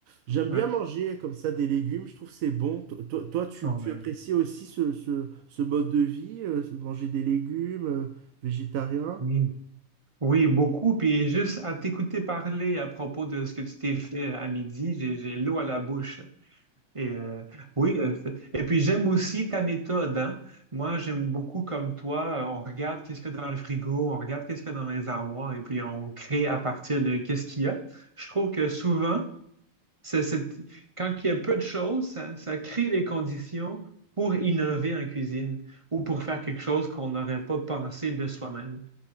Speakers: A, on the right; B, on the right.
A: J'aime bien
B: Ouais,
A: manger comme ça des légumes. Je trouve que c'est bon. To- Toi, toi, tu,
B: ouais,
A: tu apprécies aussi ce, ce, ce mode de vie, euh, manger des légumes, euh, végétariens
B: oui. Oui, beaucoup. Puis juste à t'écouter parler à propos de ce que tu t'es fait à midi, j'ai, j'ai l'eau à la bouche. Et euh, oui, euh, f- et puis j'aime aussi ta méthode, hein. Moi, j'aime beaucoup comme toi, euh, on regarde qu'est-ce qu'il y a dans le frigo, on regarde qu'est-ce qu'il y a dans les armoires, et puis on crée à partir de qu'est-ce qu'il y a. Je trouve que souvent, C'est, c'est- quand il y a peu de choses, ça, ça crée les conditions pour innover en cuisine ou pour faire quelque chose qu'on n'aurait pas pensé de soi-même.